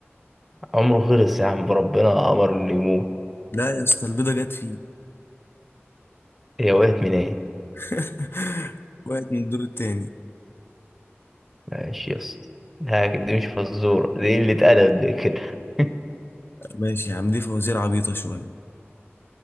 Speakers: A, in the centre; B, on the left (about 55°).
A: عمره خلص يا عم ربنا امر انه يموت
B: لا يا اسطى البيضه جت فيه
A: هي وقعت من ايه
B: <laughs> وقعت من الدور التاني
A: ماشي يا اسطى لا دي مش فزورة دي قلة أدب دي كده <laughs>
B: ماشي يا عم دي فوازير عبيطه شويه